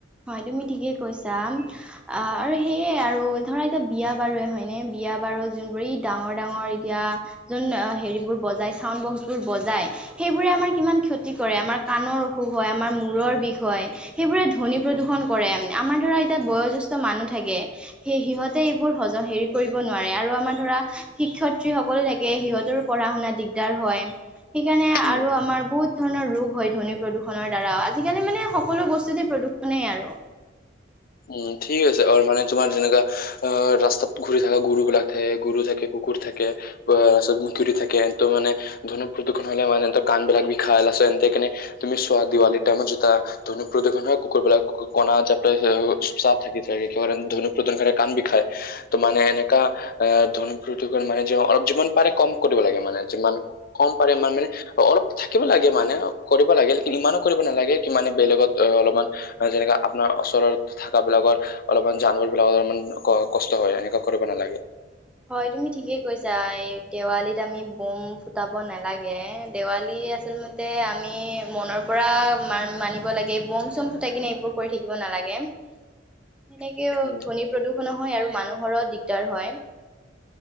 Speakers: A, in the centre; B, on the left.
A: হয় তুমি ঠিকে কৈছা, আম আৰু সেয়ে আৰু ধৰা এতিয়া বিয়া বাৰু হয়নে বিয়া বাৰু যোনবোৰ ই ডাঙৰ -ডাঙৰ এতিয়া যোন হেৰিবোৰ বজায় চাউণ্ড বক্সবোৰ বজায় সেইবোৰে আমাৰ কিমান ক্ষতি কৰে। আমাৰ কাণৰ অসুখ হয়, আমাৰ মূৰৰ বিষ হয়, সেইবোৰে ধ্বনী প্ৰদূষণ কৰে আমাৰ ধৰা এতা বয়জেষ্ট মানুহ থাকে, সেই সিহঁতে এইবোৰ হজ হেৰি কৰিব নোৱাৰে আৰু আমাৰ ধৰা শিক্ষয়িত্ৰী সকলো থাকে সিহঁতৰো পঢ়া শুনা দিগদাৰ হয়। সেইকাৰণে
B: উম
A: আৰু আমাৰ বহুত ধৰণৰ ৰোগ হয় ধ্বনী প্ৰদূষণ দ্বাৰা আজিকালি মানে সকলো বস্তুতে প্ৰদূষ- নে আৰু।
B: উম ঠিক আছে আৰু মানে তোমাৰ যেনেকা আহ ৰাস্তাত ঘূৰি থকা গুৰু বিলাক থাকে গৰু থাকে। কুকুৰ থাকে মেকুৰী থাকে ত মানে ধনুক প্ৰদূষণ হলে মানে ত কাণ বিলাক বিষাই লা- কেনে তুমি চোৱা দিৱালীৰ টাইমত জোতা ধনুক প্ৰদূষণ হয় কুকুৰবিলাক কণা যাত চোপ চাপ থাকি যাই কি ধনুক প্ৰদূষণে কাণ বিষাই ত মানে এনেকা আহ ধনুক প্ৰতিক- মানে অলপ যিমান পাৰে কম কৰিব লাগে মানে, যিমান কম পাৰে ইমান মানে অলপ থাকিব লাগে মানে। কৰিব লাগে কিন্তু ইমানো কৰিব নালাগে কি মানে বেলেগত অ অলপমান যেনেকা আপোনাৰ ওচৰত থাকা বিলাকৰ অলপমান জানুৱাৰ বিলাকৰ অলমান কষ্ট হয় এনেকুৱা কৰিব নালাগে।
A: হয় তুমি ঠিকেই কৈছা, এই দেৱালীত আমি বম ফুটাব নালাগে, দেৱালী আচলতে আমি মনৰ পৰা মা মানিব লাগে বম চম ফুটাই কিনে এইবোৰ কৰি থাকিব নালাগে সেনেকেও
B: উম
A: ধ্বনী প্ৰদূষণো হয় আৰু মানুহৰো দিগদাৰ হয়।